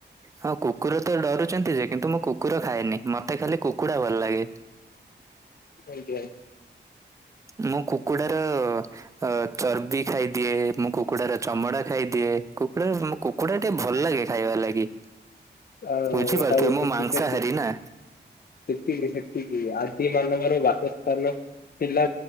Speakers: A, on the right (about 15°); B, on the left (about 55°).
A: ହଁ କୁକୁର ତ ଡରୁଛନ୍ତି ଯେ କିନ୍ତୁ ମୁଁ କୁକୁର ଖାଏନି ମତେ ଖାଲି କୁକୁଡ଼ା ଭଲ ଲାଗେ।
B: ଆଜ୍ଞା।
A: ମୁଁ କୁକୁଡାର। ଅ ଚର୍ବି ଖାଇଦିଏ ମୁଁ କୁକୁଡାର ଚମଡା ଖାଇଦିଏ କୁକୁଡା ର ମୁଁ କୁକୁଡ଼ା ଟି ଭଲ ଲାଗେ ଖାଇବ ଲାଗି
B: ଆଉ
A: ବୁଝିପାରୁଥିବେ
B: ହଉ ସେତିକି
A: ମୁଁ ମାଂସହାରୀ
B: ସେତିକି।
A: ନା।
B: ସେତିକି ସେତିକି ଆଦି ମାନବର ବାସସ୍ଥାନ ଥିଲା